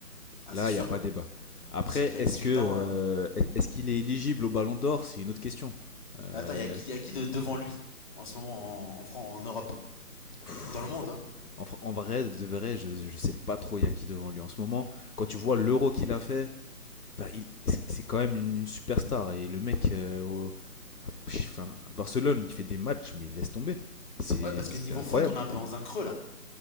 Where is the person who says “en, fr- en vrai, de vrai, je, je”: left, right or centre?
Left